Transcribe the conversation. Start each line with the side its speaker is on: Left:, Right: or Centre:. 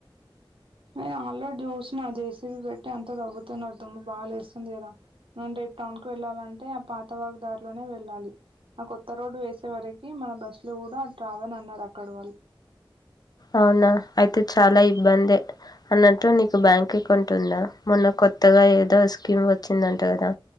Right: నేన్ ఆల్రెడ్ జూసనా జేసిబి బెట్ట అంత తవుతున్నారు దుమ్ము బాలేస్తుంది కదా అంటే టవున్ కి వెళ్ళాలం అంటే ఆ పాతవాకు దారిలోనే వెళ్ళాలి ఆ కొత్త రోడ్డు వేసే వరకి మన బస్సులు కూడా రావనన్నారు అక్కడ వాళ్ళు
Left: అవునా ఐతే చాలా ఇబ్బందే అన్నట్టు నీకు బ్యాంక్ అకౌంట్ ఉందా మొన్న కొత్తగా ఏదో స్కీమ్ వచ్చిందంట కదా